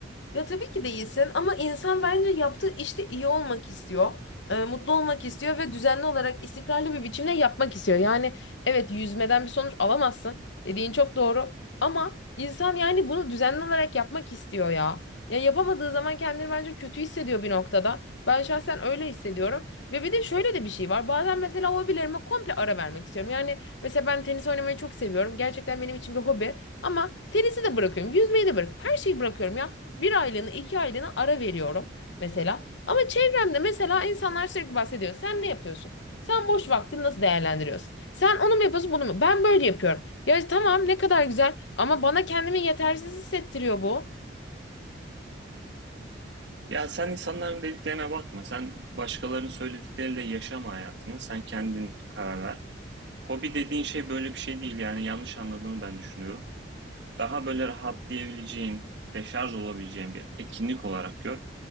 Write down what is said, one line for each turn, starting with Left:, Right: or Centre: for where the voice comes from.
Left: Ya tabii ki değilsin ama insan bence yaptığı işte iyi olmak istiyor, e, mutlu olmak istiyor ve düzenli olarak istikrarlı bir biçimde yapmak istiyor. Yani evet yüzmeden bir sonuç alamazsın dediğin çok doğru ama insan yani bunu düzenli olarak yapmak istiyor ya. Ya yapamadığı zaman kendini bence kötü hissediyor bir noktada. Ben şahsen öyle hissediyorum ve bir de şöyle de bir şey var. Bazen mesela hobilerime komple ara vermek istiyorum. Yani mesela ben tenis oynamayı çok seviyorum. Gerçekten benim için bir hobi ama tenisi de bırakıyorum, yüzmeyi de bırakıyorum, her şeyi bırakıyorum ya. Bir aylığını iki aylığını ara veriyorum mesela. Ama çevremde mesela insanlar sürekli bahsediyor. Sen ne yapıyorsun? Sen boş vaktini nasıl değerlendiriyorsun? Sen onu mu yapıyorsun bunu mu? Ben böyle yapıyorum. Ya tamam ne kadar güzel ama bana kendimi yetersiz hissettiriyor bu.
Right: Ya sen insanların dediklerine bakma. Sen başkalarının söyledikleriyle yaşama hayatını. Sen kendin karar ver. Hobi dediğin şey böyle bir şey değil yani yanlış anladığını ben düşünüyorum. Daha böyle rahatlayabileceğin, deşarj olabileceğin bir etkinlik olarak gör.